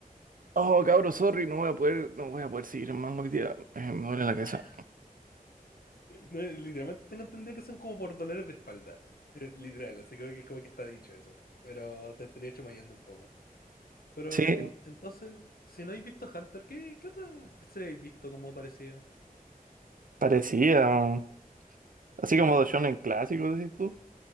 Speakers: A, on the right; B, on the left.
A: Oh, cabro, sorry, no voy a poder, no voy a poder seguir más hoy día, eh, me duele la
B: No,
A: cabeza.
B: <laughs> no, literalmente tengo entendido que son como por dolores de espalda. eh, literal, así creo que es como que está dicho eso. Pero te estaría chamoyando un poco. Pero
A: Sí,
B: entonces, si no habéis visto Hunter, ¿qué, qué otra serie habéis visto como parecía?
A: parecía. Así como de shonen clásicos, decís tú.